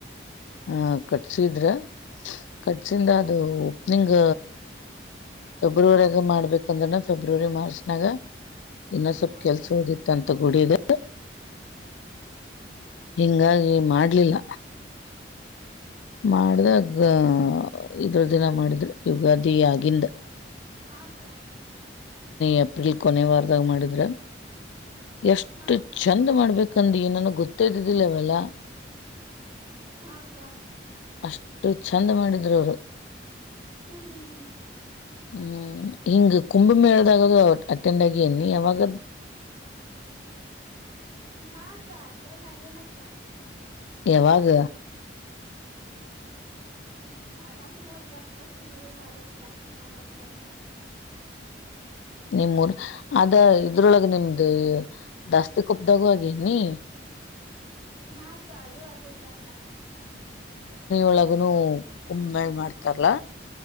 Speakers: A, on the left; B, on the right.
A: ಹ್ಮ ಕಟ್ಸಿದ್ರ ಕಟ್ಸಿಂದ ಅದು ಓಪ್ನಿಂಗ್ ಫೆಬ್ರವರಿಯಾಗ ಮಾಡ್ಬೇಕಂದ್ರನ ಫೆಬ್ರವರಿ ಮಾರ್ಚ್ನಾಗ ಇನ್ನ ಸ್ವಲ್ಪ
B: ಹಾ
A: ಕೆಲ್ಸ
B: ಅಕ್ಕ
A: ಉಳಿದಂತಾತ <unintelligible> ಹಿಂಗಾಗಿ ಮಾಡ್ಲಿಲ್ಲ ಮಾಡ್ದಾ ಅದು ಇದ್ರ ದಿನ ಮಾಡಿದ್ರಿ ಯುಗಾದಿ ಆಗಿಂದ
B: ಹ ಅಕ್ಕ
A: ಏಪ್ರಿಲ್ ಕೊನೆವಾರದಾಗ ಮಾಡಿದ್ರ ಎಷ್ಟು
B: ಹಾ ಅಕ್ಕ
A: ಚೆಂದ್ ಮಾಡ್ಬೇಕಂದ ನನ ಗೊತ್ತೇದ್ದಿಲ್ಲ ಇವೆಲ್ಲ
B: ಹ ಅಕ್ಕ
A: ಅಷ್ಟು ಚಂದ ಮಾಡಿದ್ರು ಅವರು
B: ಹ್ಮ್ ಹ್ಮ್ ಹ್ಮ್
A: ಹ್ಮ್ ಹಿಂಗ್ ಕಂಭಮೇಳದಾಗದು <unintelligible> ನಿನ್ ಯಾವಾಗ
B: ಹಾ ಅಕ್ಕ ಆಟೆನಗಿನಕ್ಕ
A: ಯಾವಾಗ <inaudible>
B: ನಮ್ಮ ಊರಾಗ ಗಣಪತಿ ಇದು ಮಾಡೋದ್ ಸ್ಥಾಪನೆ ಮಾಡೋದು ಹೋತನಗಾಕ್ಕ
A: <inaudible> ನಿಮ್ಮೂರ್ ಅದ ಇದ್ರೊಳಗ ನಿಮ್ದ ದಾಸ್ತಿ ಕುಪ್ಪ್ದಾಗ ಆಗಿನಿ
B: ಹಾ ಅಲ್ಲು ಆಗಿದ್ದಕ್ಕ
A: ಒಳಗನು ಕುಂಬೆ ಮಾಡ್ತಾರಲ್ಲ